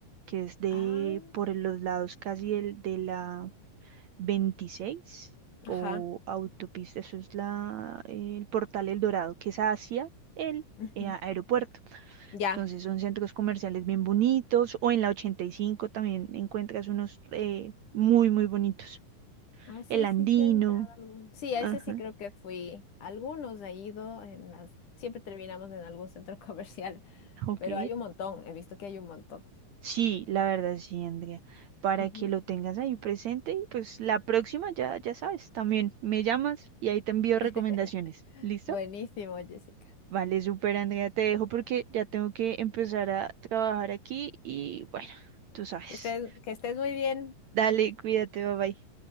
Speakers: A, on the right; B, on the left.
A: que es de
B: Ah,
A: por los lados casi del- de la 26 o
B: ajá.
A: autopista, eso es la, el Portal El Dorado, que es hacia el
B: ujú,
A: eh, aeropuerto.
B: Ya.
A: Entonces son centros comerciales bien bonitos o en la 85 también encuentras unos eh, muy, muy bonitos.
B: Ah, sí,
A: El Andino.
B: sí, sí, andaba algún- Sí, a
A: Ajá,
B: ese sí creo que fui. Algunos he ido, en las... siempre terminamos en algún centro <laughs> comercial,
A: ok.
B: pero hay un montón, he visto que hay un montón.
A: Sí, la verdad sí, Andrea. Para
B: Ujú.
A: que lo tengas ahí presente y pues la próxima ya, ya sabes, también me llamas y ahí te envío
B: <laughs>
A: recomendaciones. ¿Listo?
B: Buenísimo, Jessica.
A: Vale, súper, Andrea. Te dejo porque ya tengo que empezar a trabajar aquí y bueno, tú sabes.
B: Que estés, que estés muy bien.
A: Dale, cuídate, bye bye.